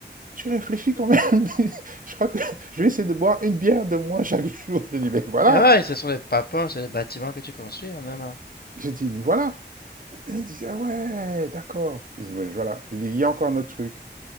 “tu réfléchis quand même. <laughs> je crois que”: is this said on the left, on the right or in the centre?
Right